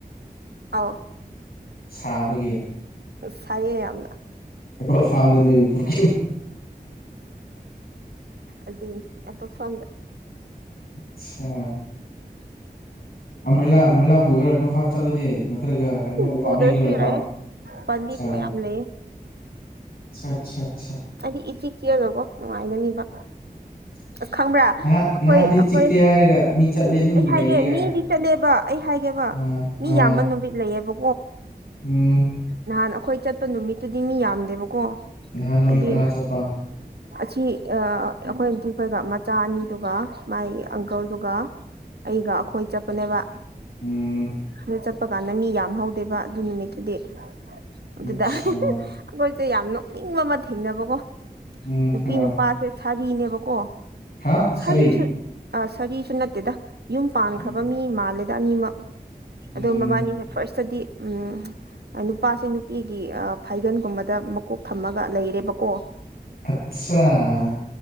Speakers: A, on the right; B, on the left.
A: ꯑ
B: ꯁꯥꯕꯒꯤ
A: ꯁꯥꯏꯌꯦ ꯌꯥꯝꯅ
B: ꯑꯦ ꯐꯥꯗꯦꯗ ꯌ ꯄꯨꯛ
A: ꯑꯗꯨ ꯑ ꯐꯗꯦ
B: ꯑꯆꯥ ꯑ꯭ꯂꯥ ꯑ꯭ꯔꯤꯂꯥ ꯄꯨꯈ꯭ꯔ ꯃꯐꯝꯥ ꯆꯠꯂꯗꯤ ꯅꯠꯇ꯭ꯔꯒ ꯀꯩꯅꯣꯃ ꯎꯄꯥꯝꯕꯤꯒꯨꯝꯕ
A: ꯆꯨꯗ꯭ꯔꯁꯨ
B: ꯂꯩꯕ꯭ꯔꯣ
A: ꯌꯥꯏꯌꯦ
B: ꯑ
A: ꯄꯥꯝꯕꯤꯒꯨꯝꯕ
B: ꯑꯆꯥ
A: ꯌꯥꯝ ꯂꯩꯌꯦ
B: ꯑꯆꯥ ꯑꯆꯥ
A: ꯍꯥꯏꯗꯤ ꯏꯇꯤ ꯀꯤꯌꯗꯧꯕꯣ ꯅꯨꯡꯉꯥꯏꯒꯅꯤꯕ
B: <unintelligible>
A: ꯈꯪꯕ꯭ꯔꯥ ꯑꯩꯈꯣꯏ
B: ꯅꯍꯥꯟ ꯅꯍꯥꯟꯗꯤ
A: ꯑꯩꯈꯣꯏ
B: ꯆꯤꯛꯇꯦ ꯍꯥꯏꯔꯒ ꯃꯤ ꯆꯠꯂꯦ ꯑꯗꯨꯝ
A: ꯑꯩ ꯍꯥꯏꯒꯦ
B: ꯂꯩꯌꯦ ꯀꯥꯏꯅ
A: ꯃꯤꯗꯤ ꯆꯠꯂꯦꯕ ꯑꯩ ꯍꯥꯏꯒꯦꯕ
B: ꯑꯥ
A: ꯃꯤ
B: ꯑꯥ
A: ꯌꯥꯝꯕ ꯅꯨꯃꯤꯠ ꯂꯩꯌꯦꯕ
B: ꯎꯝ
A: ꯅꯍꯥꯟ ꯑꯩꯈꯣꯏ ꯆꯠꯄ ꯅꯨꯃꯤꯠꯇꯨꯗꯤ ꯃꯤ ꯌꯥꯝꯗꯦꯕꯀꯣ
B: ꯉꯍꯥꯟ ꯅꯣꯏ
A: ꯍꯥꯏꯗꯤ
B: ꯀꯅꯥ ꯆꯄ
A: ꯑꯁꯤ ꯑꯩꯈꯣꯏ ꯑꯟꯇꯤꯈꯣꯏꯒ ꯃꯆꯥ ꯑꯅꯤꯗꯨꯒ ꯃꯥꯒꯤ ꯑꯪꯀꯜꯗꯨꯒ ꯑꯩꯒ ꯑꯩꯈꯣꯏ ꯆꯠꯄꯅꯦꯕ
B: ꯎꯝ
A: ꯑꯗꯨ ꯆꯠꯄ ꯀꯥꯟꯗ ꯃꯤ ꯌꯥꯝ ꯍꯧꯧꯗꯦꯕ ꯑꯗꯨ ꯅꯨꯃꯤꯠꯇꯨꯗꯤ ꯑꯗꯨꯗꯣꯏ
B: ꯑꯆꯥ
A: ꯁꯦ ꯌꯥꯝ ꯅꯣꯛꯅꯤꯡꯕ ꯑꯃ ꯊꯦꯡꯅꯕꯀꯣ
B: ꯎꯝ
A: ꯅꯨꯄꯤ
B: ꯍꯥꯏꯔꯣ
A: ꯅꯨꯄꯥꯁꯦ ꯁꯥꯔꯤꯅꯦꯕꯀꯣ
B: ꯍꯥ ꯁꯔꯤ
A: ꯁꯥꯔꯤꯁꯨ ꯑ ꯁꯔꯤꯁꯨ ꯅꯠꯇꯦꯗ ꯌꯨꯝ ꯄꯥꯟꯈ꯭ꯔꯕ
B: ꯎꯝ
A: ꯃꯤ ꯃꯥꯜꯂꯦꯗ ꯑꯅꯤꯃꯛ ꯑꯗꯣ
B: ꯎꯝ
A: ꯃꯕꯥꯅꯤꯁꯦ ꯐꯥꯔꯁꯇꯗꯤ ꯎꯝ ꯅꯨꯄꯥꯁꯦ ꯅꯨꯄꯤꯒꯤ ꯐꯥꯏꯒꯟꯒꯨꯝꯕꯗ ꯃꯀꯣꯛ ꯊꯝꯃꯒ ꯂꯩꯔꯦ ꯀꯣ
B: ꯑꯠꯆꯥꯆꯥ